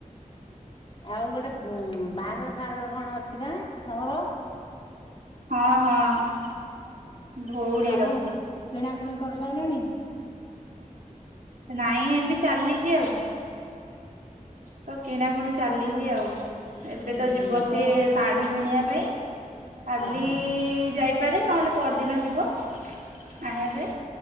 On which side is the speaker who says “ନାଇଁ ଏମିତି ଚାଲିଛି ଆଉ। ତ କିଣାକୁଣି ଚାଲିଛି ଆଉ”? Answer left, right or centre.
Right